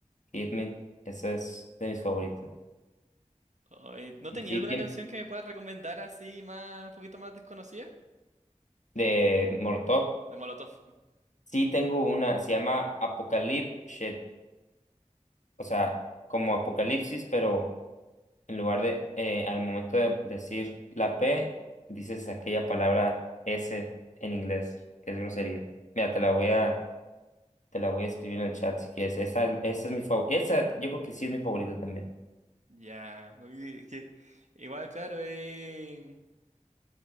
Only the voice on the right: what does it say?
Ay, ¿no
tenía
alguna
canción que me puedas recomendar así más, un poquito más desconocida?
De Molotov.
Ya, uy, es que igual, claro, eh,